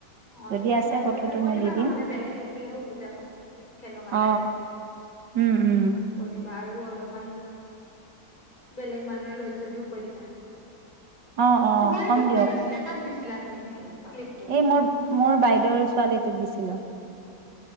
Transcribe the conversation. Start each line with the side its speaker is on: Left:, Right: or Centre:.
Left: অ
Right: যদি
Left: তুমি
Right: আছে
Left: চাই
Right: ফটোটো
Left: পেলাই কৈ
Right: মই
Left: দিবা
Right: দি
Left: নহলে
Right: দিম।
Left: বেলেগ লাগিলেও হৈ যাব কেনেকুৱা
Right: অ
Left: লাগে
Right: উম উম
Left: কৈ দিবা বা আৰু অলপমান বেলেগ মানুহে লৈ যদিও কৈ দিবা
Right: অ অ
Left: তোমাৰ
Right: কম
Left: এইটো কোনে
Right: দিয়ক
Left: লৈছিলে কাক দিছিল ছিলা তুমি সেইটো ক্লিপটো
Right: এই মোৰ মোৰ বাইদেউৰ ছোৱালীটোক দিছিলো